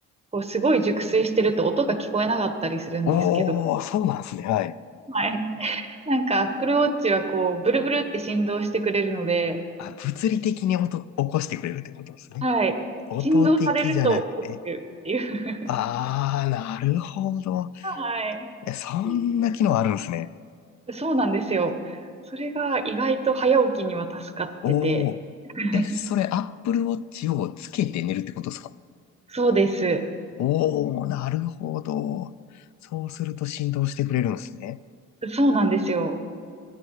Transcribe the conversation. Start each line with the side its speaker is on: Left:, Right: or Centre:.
Right: こう、すごい熟睡してると音が聞こえなかったりするんですけど、
Left: おー、そうなんですね。はい。
Right: はい。なんか、Apple Watch はこう、ブルブルって振動してくれるので、
Left: あ、物理的に音、起こしてくれるってことですね。
Right: はい。
Left: 音的じゃなくて。
Right: 振動されると起きるっていう。<laughs>
Left: あー、なるほど。
Right: はい。
Left: え、そんな機能あるんですね。
Right: <laughs> そうなんですよ。それが意外と早起きには助かってて。
Left: おお、
Right: <laughs>
Left: え、それ、Apple Watch をつけて寝るってことですか
Right: そうです。
Left: おおー、なるほど。そうすると振動してくれるんですね。
Right: そうなんですよ。